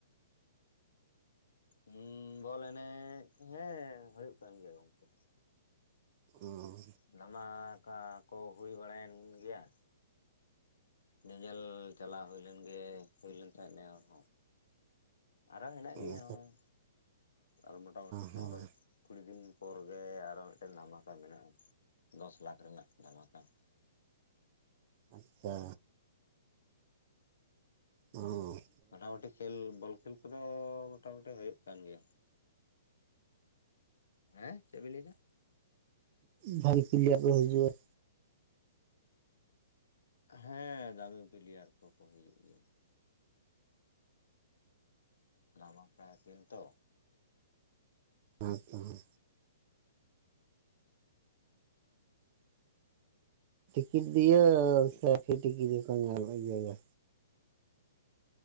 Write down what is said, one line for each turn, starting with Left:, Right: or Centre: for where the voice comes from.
Left: ᱦᱸ ᱵᱚᱞ ᱮᱱᱮᱡ ᱦᱮᱸ ᱦᱩᱭᱩᱜ ᱠᱟᱱ ᱜᱮᱭᱟ ᱜᱚᱝᱠᱮ
Right: ᱚᱸ
Left: ᱫᱷᱟᱢᱟᱠᱟ ᱠᱟ ᱦᱩᱭ ᱵᱟᱲᱟᱭᱮᱱ ᱜᱮᱭᱟ ᱧᱮᱧᱮᱞ ᱪᱟᱞᱟᱣ ᱦᱩᱭ ᱞᱮᱱᱜᱮ ᱦᱩᱭ ᱞᱮᱱ ᱛᱟᱦᱮᱸᱫ ᱱᱮ ᱟᱨᱦ ᱟᱨᱚ ᱦᱮᱱᱟᱜ
Right: ᱚ ᱦᱮᱸ
Left: ᱜᱮᱭᱟ ᱱᱚᱜᱼᱚᱭ ᱟᱨᱦᱚ ᱢᱚᱴᱟᱢᱩᱴᱤ
Right: ᱦᱮᱸ
Left: ᱯᱚᱱᱚ ᱠᱩᱲᱤ ᱫᱤᱱ ᱯᱚᱨ ᱜᱮ ᱟᱨᱦᱚ ᱢᱤᱫ ᱴᱮᱱ ᱫᱷᱟᱢᱟᱠᱟ ᱢᱮᱱᱟᱜᱼᱟ ᱫᱚᱥ ᱞᱟᱠᱷ ᱨᱮᱱᱟᱜ ᱫᱷᱟᱢᱟᱠᱟ
Right: ᱟᱪᱪᱷᱟ ᱚᱸ
Left: ᱢᱚᱴᱟᱢᱩᱴᱤ ᱠᱷᱮᱞ ᱵᱚᱞ ᱠᱷᱮᱞ ᱠᱚᱫᱚ ᱢᱚᱴᱟᱢᱩᱴᱤ ᱦᱩᱭᱩᱜ ᱠᱟᱱ ᱜᱮᱭᱟ ᱦᱮᱸ ᱪᱮᱫ ᱵᱤᱱ ᱞᱟᱹᱭ ᱮᱫᱟ
Right: ᱵᱷᱟᱜᱤ ᱯᱞᱤᱭᱟᱨ ᱠᱚ ᱦᱤᱡᱩᱜᱼᱟ
Left: ᱦᱮᱸ ᱫᱟᱢᱤ ᱯᱞᱤᱭᱟᱨ ᱠᱚᱠᱚ ᱦᱤᱡᱩᱜ ᱜᱮᱭᱟ ᱱᱟᱢᱟ ᱯᱟᱭᱥᱤᱱ ᱛᱚ
Right: ᱦᱮᱸ ᱛᱚ ᱦᱮᱸ ᱴᱤᱠᱤᱴ ᱫᱤᱭᱮ ᱥᱮ ᱯᱷᱤ ᱴᱤᱠᱤᱴ ᱜᱮᱠᱚ ᱧᱮᱞ ᱤᱭᱟᱹᱭᱟ